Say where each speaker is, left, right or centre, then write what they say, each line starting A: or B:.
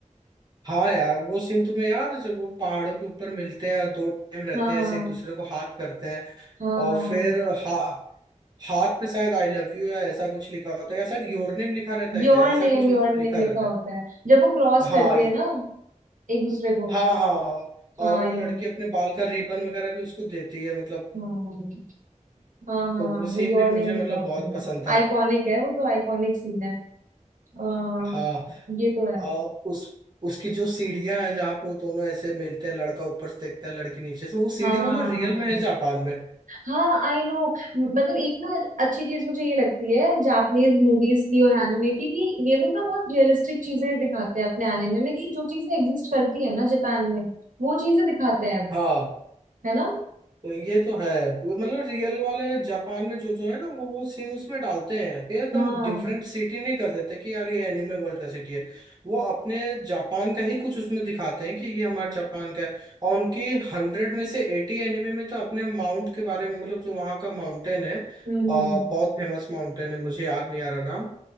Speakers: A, on the right; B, on the right.
A: हाँ यार वो सीन तुम्हें याद है जब वो पहाड़ों के ऊपर मिलते हैं और दो टाइम रहते
B: हाँ
A: हैं
B: हाँ
A: ऐसे एक दूसरे को हाथ करते हैं
B: हाँ
A: और फिर हा, हाथ पे शायद आई लव यू या ऐसा कुछ लिखा होता है या शायद योर नेम लिखा रहता है
B: योर
A: क्या ऐसा
B: नेम
A: कुछ
B: योर
A: मतलब
B: नेम
A: लिखा
B: लिखा
A: रहता है
B: होता है जब वो क्रॉस
A: हाँ
B: करती
A: ये-
B: है ना एक दूसरे को
A: हाँ हाँ
B: हाँ
A: और वो
B: यार
A: लड़की अपने बाल का रिबन वगैरह भी उसको देती है मतलब
B: हाँ हाँ हाँ
A: तो
B: हाँ
A: वो सीन
B: वो योर
A: भी मुझे
B: नेम लिखा
A: मतलब
B: होता
A: बहुत
B: है
A: पसंद था
B: आइकॉनिक है वो तो आइकॉनिक सीन है आ,
A: हाँ
B: ये तो है
A: और उस उसकी जो सीढ़ियां हैं जहाँ पे वो दोनों ऐसे मिलते हैं लड़का ऊपर से देखता है लड़की नीचे से वो सीढ़ी
B: हाँ
A: मतलब रियल में है जापान में
B: हाँ आई नो मतलब एक ना अच्छी चीज मुझे ये लगती है जापानीज मूवीज की और एनिमे की कि ये लोग ना बहुत रियलिस्टिक चीजें दिखाते हैं अपने एनिमे में कि जो चीजें एग्जिस्ट करती है ना जापान में वो चीजें दिखाते हैं वो
A: हाँ
B: है ना
A: तो ये तो है वो मतलब रियल वाले जापान में जो जो है ना वो वो सीन उसमें डालते हैं कि एकदम
B: हाँ
A: डिफरेंट सिटी नहीं कर देते कि यार ये एनिमे वर्ल्ड का सिटी है वो अपने जापान का ही कुछ उसमें दिखाते हैं कि ये हमारे जापान का है और उनकी हंड्रेड में से एटी एनिमे में तो अपने माउंट के बारे में मतलब जो वहाँ का माउंटेन है
B: हम्म
A: आ, बहुत फेमस माउंटेन है मुझे याद नहीं आ रहा नाम